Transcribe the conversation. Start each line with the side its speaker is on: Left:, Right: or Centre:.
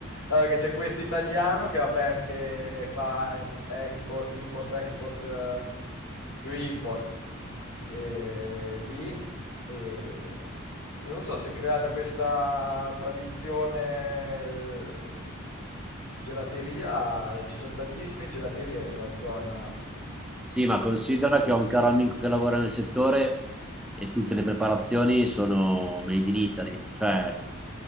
Left: Allora, che c'è questo italiano che, ha per- che fa ehm, export, import-export eh, più import e, lì e non so se è creata questa tradizione eh, gelateria, e ci sono tantissime gelaterie in una zona
Centre: Sì, ma considera che ho un caro amico che lavora nel settore e tutte le preparazioni sono made in Italy, cioè